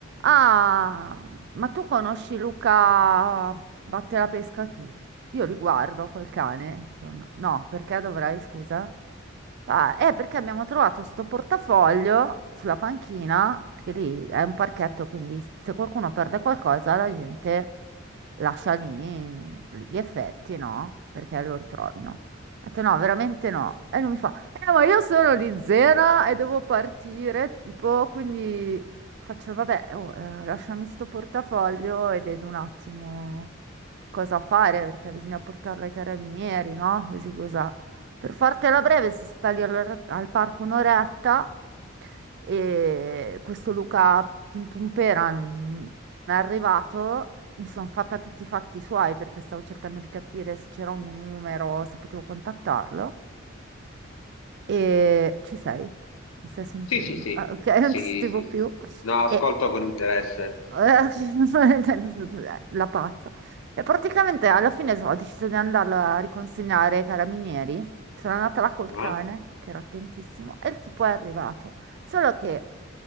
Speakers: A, on the right (about 55°); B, on the left (about 80°).
A: Ah, ma tu conosci Luca Batte la pesca chi? Io li guardo quel cane. sono- No, perché dovrei, scusa? Ah, è perché abbiamo trovato sto portafoglio sulla panchina, perché lì è un parchetto, quindi se qualcuno perde qualcosa la gente lascia lì gli effetti, no? Perché lo ritrovino. Ho detto no, veramente no. E lui mi fa, eh, ma io sono di Zena e devo partire, tipo, quindi... Faccio, vabbè, oh, eh, lasciami sto portafoglio e vedo un attimo cosa fare, perché bisogna portarlo ai carabinieri, no? Così cosa. Per fartela breve, si sta lì al, al parco un'oretta e questo Luca Pimpumpera non è arrivato. Mi sono fatta tutti i fatti suoi perché stavo cercando di capire se c'era un numero, se potevo contattarlo. E ci sei? Mi stai sentendo?
B: Sì, sì, sì,
A: Ah, ok, <laughs>
B: sì,
A: non ti
B: sì,
A: sentivo
B: sì.
A: più.
B: sì. No, ascolto
A: E
B: con interesse.
A: eh, <laughs> La pazza. E praticamente alla fine so, ho deciso di andarla a riconsegnare ai carabinieri. Sono andata là col
B: Eh?
A: cane, che era attentissimo, e il tipo è arrivato. Solo che